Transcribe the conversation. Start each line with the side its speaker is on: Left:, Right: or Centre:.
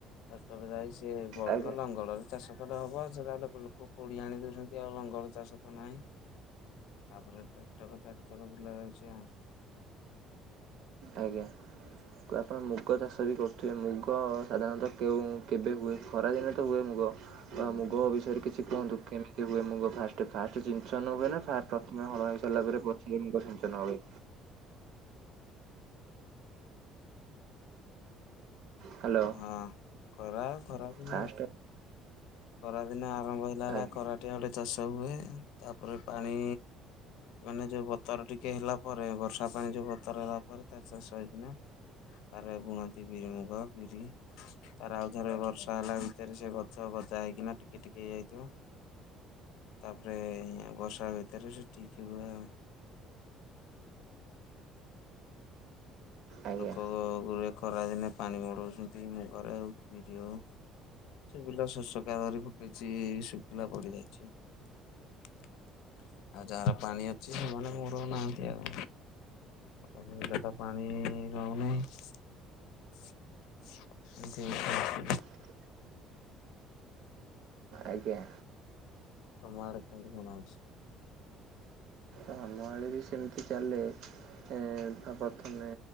Left: ଟ୍ରକ୍ଟଟରେ ଯାଇ ସିଏ ବଳଦ
Right: ଆଜ୍ଞା।
Left: ଲଙ୍ଗଳ ରେ ଚାଷ କଲେ ହବ ସେଟା ଲୋକ ଲୋକ କୋଡି ଆଣି ଦଉଛନ୍ତି ଆଉ ଲଙ୍ଗଳ ଚାଷ ନାହିଁ ତାପରେ ଟ୍ରାକ୍ଟର ଚାରିକର ବୁଲା ଯାଉଛି ଆଉ।
Right: ଆଜ୍ଞା ଆପଣ ମୁଗ ଚାଷ ବି କରୁଥିବେ ମୁଗ ସାଧାରଣତଃ କେଉଁ କେବେ ହୁଏ ଖରାଦିନେ ତ ହୁଏ ମୁଗ
Left: ହୁଁ
Right: ବା ମୁଗ ବିଷୟରେ କିଛି କୁହନ୍ତୁ କେମିତି ସେ ହୁଏ ମୁ ଫାଷ୍ଟ ଫାଷ୍ଟ ସିଞ୍ଚନ ହୁଏ ନା ପ୍ରଥମେ ହଳ ହେଇ ସାରିଲ ପରେ ପରେ ମୁଗ ସିଞ୍ଚନ ହୁଏ। ହ୍ୟାଲୋ
Left: ହଁ ଖରା ଖରାଦିନେ
Right: ଫାଷ୍ଟ
Left: ହୋଉଛି। ଖରା ଦିନ ଆରମ୍ଭ ହେଲା ହେଲା
Right: ଆଜ୍ଞା
Left: ଖରାଟିଆ ଗୋଟେ ଚାଷ ହୁଏ ତାପରେ ପାଣି ମାନେ ଯୋଉ ବତର ଟିକେ ହେଲା ପରେ ବର୍ଷା ପାଣି ଯୋଉ ବତର ହେଲା ପରେ ତାର ଚାଷ ହେଇଛି ନା। ତାର ବୁଣନ୍ତି ବିରି ମୁଗ ବିରି। ତାର ଆଉଥରେ ବର୍ଷା ହେଲା ଭିତରେ ସେ ଗଛ ହବ। ଯାଇକି ନାଁ ଟିକେ ଟିକେ ହେଇଯାଇଥିବ। ତାପରେ ବର୍ଷା ଭିତରେ ସେ ଠିକ୍ ହୁଏ ଆଉ।
Right: ଆଜ୍ଞା
Left: ଲୋକ ହୁଏ ଖରା‌ ଦିନେ। ପାଣି ମଡଉଚନ୍ତି ମୁଁ ଘରେ ହଉ ବିରି ହଉ <unintelligible> ଶସ୍ୟ। ଧରି ଫକେଇଚି ଶୁଖିଲା ପଡି ଯାଇଛି। ଆଉ ଯାହାର ପାଣି ଅଛି ସେମାନେ ମରଉ ନାହାନ୍ତି ଆଉ। ଏମତିରେ ତ ପାଣି କେଇ ରହୁନାହିଁ <unintelligible>
Right: ହ ଆଜ୍ଞା।
Left: ତମ ଆଡେ କେମତି କଣ ଅଛି।
Right: ଆଁ ଆମ ଆଡେ ବି ସେମିତି ଚାଲେ। ଏଁ ପ୍ରଥମେ